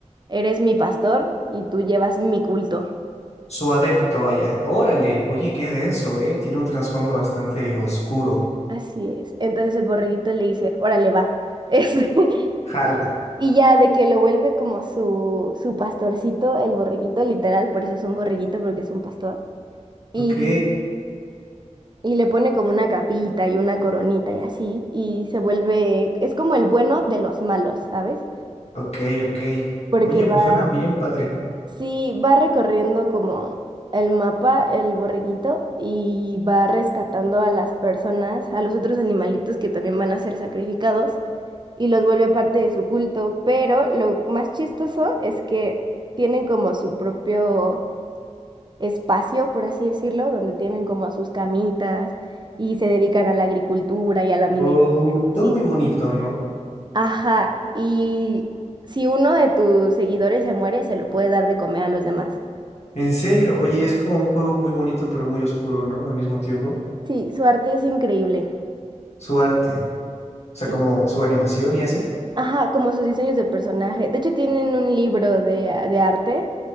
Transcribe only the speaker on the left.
Su adepto, vaya. Órale. Oye, qué denso, ¿eh? Tiene un trasfondo bastante oscuro.
Jalo.
Ok,
ok, ok.
Oye,
pues suena bien padre.
Oh, todo
muy bonito, ¿no?
En serio, oye, es como un juego muy bonito, pero muy oscuro, ¿no? Al mismo tiempo.
Su arte, o sea,
como su animación y así.